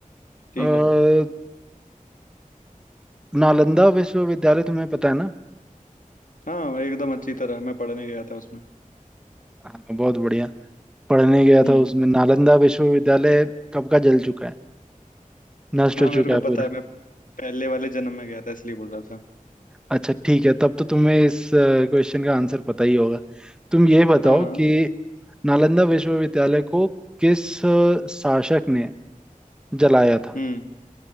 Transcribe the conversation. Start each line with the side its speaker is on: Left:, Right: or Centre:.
Left: ठीक
Centre: अ,
Left: है
Centre: नालंदा विश्वविद्यालय तुम्हें पता है ना
Left: हाँ एकदम अच्छी तरह मैं पढ़ने गया था उसमें
Centre: हाँ बहुत बढ़िया पढ़ने गया
Left: हम्म
Centre: था उसमें नालंदा विश्वविद्यालय कब का जल चुका है नष्ट
Left: हाँ
Centre: हो
Left: मेरे
Centre: चुका
Left: को
Centre: है
Left: पता
Centre: पूरा
Left: है मैं पहले वाले जन्म में गया था इसलिए बोल रहा था
Centre: अच्छा ठीक है तब तो तुम्हें इस क्वेश्चन का आंसर पता ही होगा तुम ये बताओ
Left: हाँ हाँ
Centre: कि नालंदा विश्वविद्यालय को किस अ, शासक ने जलाया था
Left: हम्म